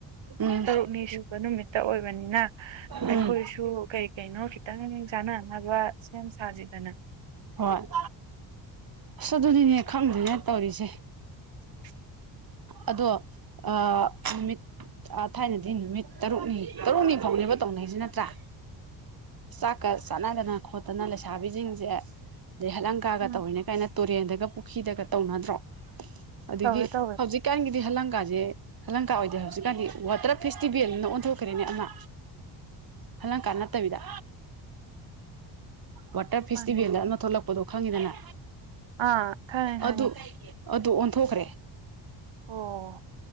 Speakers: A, on the right (about 45°); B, on the right (about 70°).
A: ꯎꯝ
B: ꯇꯔꯨꯛꯅꯤ ꯁ ꯅꯨꯃꯤꯠꯇ ꯑꯣꯏꯕꯅꯤꯅ ꯑꯩꯈꯣꯏꯁꯨ
A: ꯎꯝ
B: ꯀ ꯀꯩꯅꯣ ꯈꯤꯇꯪꯡ ꯆꯥꯟꯅꯅꯕ ꯁꯦꯝ ꯁꯥꯁꯤꯗꯅ
A: ꯍꯣꯏ ꯑꯁ ꯑꯗꯨꯗꯤꯅꯦ ꯈꯪꯗꯣꯏꯅꯦ ꯇꯧꯔꯤꯁꯦ
B: <inaudible>
A: ꯑꯗꯣ ꯑ ꯅꯨꯃꯤꯠ ꯊꯥꯏꯅꯗꯤ ꯅꯨꯃꯤꯠ ꯇꯔꯨꯛꯅꯤ ꯇꯔꯨꯛꯅꯤ ꯐꯥꯎꯅꯦꯕ ꯇꯧꯅꯔꯤꯁꯤ ꯅꯠꯇ꯭ꯔꯥ ꯆꯥꯛꯀ ꯆꯥꯟꯅꯗꯅ ꯈꯣꯠꯇꯅ ꯂꯩꯁꯥꯕꯤꯁꯤꯡꯁꯦ ꯑꯗꯩ ꯍꯠꯂꯪꯀꯥꯒ
B: ꯎꯝ
A: ꯇꯧꯔꯤꯅ ꯀꯥꯏꯅ ꯇꯨꯔꯦꯟꯗꯒ ꯄꯨꯈ꯭ꯔꯤꯗꯒ ꯇꯧꯅꯗ꯭ꯔꯣ ꯑꯗꯒꯤ
B: ꯇꯧꯋꯦ ꯇꯧꯋꯦ
A: ꯍꯧꯖꯤꯛ ꯏꯀꯥꯟꯒꯤꯗꯤ ꯍꯂꯪꯒꯥꯥꯁꯦ ꯍꯂꯪꯀꯥ ꯑꯣꯏꯗ꯭ꯔꯦ ꯍꯧꯖꯤꯛꯀꯥꯟꯗꯤ ꯋꯥꯇꯔ ꯐꯦꯁꯇꯤꯚꯦꯜꯅ ꯑꯣꯟꯊꯣꯛꯈ꯭ꯔꯦꯅꯦ ꯑꯃ ꯍꯂꯪ ꯀꯅꯥ ꯇꯕꯤꯗ ꯋꯥꯇꯔ ꯐꯦꯁꯇꯤꯚꯦꯜꯗ
B: ꯃꯥꯅꯦ
A: ꯑꯃ ꯊꯣꯛꯂꯛꯄꯗꯣ ꯈꯪꯉꯤꯗꯅ
B: ꯑꯥ ꯈꯉꯦ ꯈꯪꯉꯦ
A: ꯑꯗꯨ ꯑꯗꯨ ꯑꯣꯟꯊꯣꯛꯈ꯭ꯔꯦ
B: ꯑꯣ